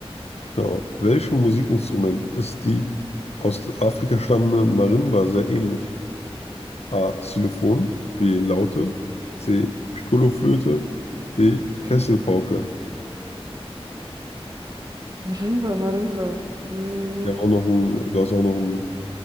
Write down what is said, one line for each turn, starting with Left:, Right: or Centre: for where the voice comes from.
Left: genau, welchem Musikinstrument ist die aus Afrika stammende Marimba sehr ähnlich? A. Xylophon, B. Laute, C. Piccolo-Flöte, D. Kesselpauke.
Right: Marimba, Marimba. Mm.
Left: Wir haben auch noch einen, du hast auch noch einen